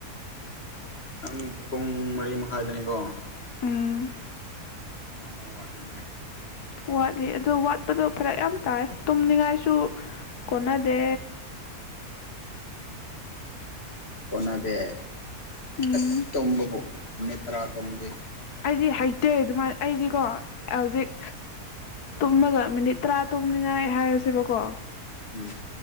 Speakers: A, on the left (about 40°); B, on the left (about 80°).
A: ꯅꯪ ꯄꯨꯡ ꯃꯔꯤ ꯃꯈꯥꯏꯗꯅꯤꯀꯣ
B: ꯎꯝ
A: ꯄꯨꯡ ꯑꯃ ꯋꯥꯠꯂꯤꯅꯦ
B: ꯋꯥꯠꯂꯤ ꯑꯗꯨ ꯋꯥꯠꯄꯗꯣ ꯐꯔꯛ ꯌꯥꯝ ꯇꯥꯏ ꯇꯨꯝꯅꯤꯡꯉꯥꯏꯁꯨ ꯀꯣꯟꯅꯗꯦ
A: ꯀꯣꯅꯗꯦ
B: ꯎꯝ
A: ꯑꯁ ꯇꯨꯝꯕꯕꯨ ꯃꯤꯅꯤꯠ ꯇꯔꯥ ꯇꯨꯝꯕꯗꯤ
B: ꯑꯩꯗꯤ ꯍꯩꯇꯦ ꯑꯗꯨꯃꯥꯏ ꯑꯩꯗꯤꯀꯣ ꯍꯧꯖꯤꯛ ꯇꯨꯝꯃꯒ ꯃꯤꯅꯤꯠ ꯇꯔꯥ ꯇꯨꯝꯅꯤꯡꯉꯥꯏ ꯍꯥꯏꯔꯁꯦꯕꯀꯣ
A: ꯎꯝ